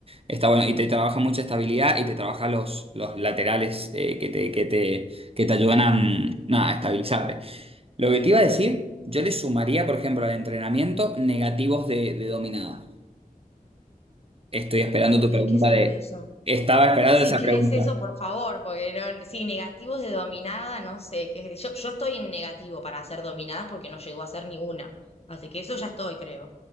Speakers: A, on the right; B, on the left.
A: Está bueno, y te trabaja mucha estabilidad y te trabaja los, los laterales eh, que te, que te, que te ayudan a, mm, nada, a estabilizarte. Lo que te iba a decir, yo le sumaría, por ejemplo, al entrenamiento negativos de, de dominada. Estoy esperando
B: Ok,
A: tu pregunta
B: ¿qué sería
A: de...
B: eso?
A: Estaba esperando
B: Sí,
A: esa
B: ¿qué
A: pregunta.
B: es eso, por favor? Porque no- sí, negativos de dominada, no sé, qué sé yo, yo estoy en negativo para hacer dominadas porque no llegó a ser ni una. Así que eso ya estoy, creo.